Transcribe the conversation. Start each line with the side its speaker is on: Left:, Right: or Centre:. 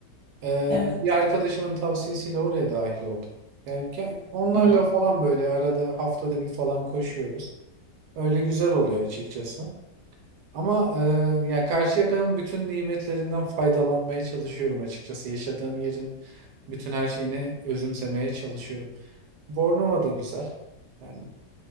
Right: Ee,
Left: Evet.
Right: bir arkadaşımın tavsiyesiyle oraya dahil oldum. Yani ge- onlarla
Left: Hı hı.
Right: falan böyle arada haftada bir falan koşuyoruz. Öyle güzel oluyor açıkçası. Ama e, yani Karşıyaka'nın bütün nimetlerinden faydalanmaya çalışıyorum açıkçası. Yaşadığım yerin bütün her şeyini özümsemeye çalışıyorum. Bornova da güzel. Yani